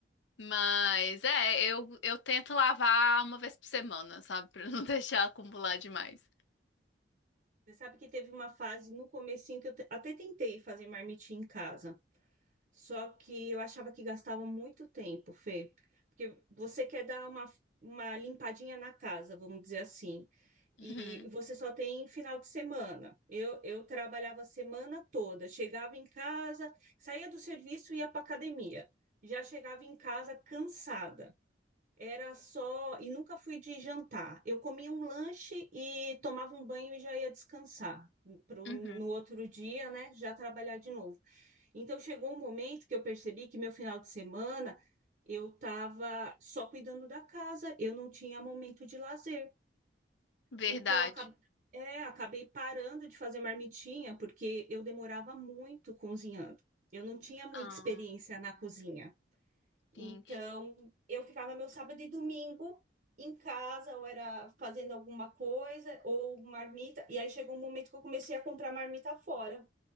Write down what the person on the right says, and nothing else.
Você sabe que teve uma fase no comecinho que eu te- até tentei fazer marmitinha em casa. Só que eu achava que gastava muito tempo, Fê, porque você quer dar uma, uma limpadinha na casa, vamos dizer assim,
e você só tem final de semana. Eu, eu trabalhava a semana toda, chegava em casa, saía do serviço e ia para academia. Já chegava em casa cansada. Era só, e nunca fui de jantar. Eu comia um lanche e tomava um banho e já ia descansar. Pro,
no outro dia, né, já trabalhar de novo. Então chegou um momento que eu percebi que meu final de semana eu estava só cuidando da casa, eu não tinha momento de lazer.
Então acab- é, acabei parando de fazer marmitinha porque eu demorava muito cozinhando. Eu não tinha muita
experiência na cozinha. Então
eu ficava meu sábado e domingo em casa, ou era fazendo alguma coisa, ou marmita. E aí chegou um momento que eu comecei a comprar marmita fora.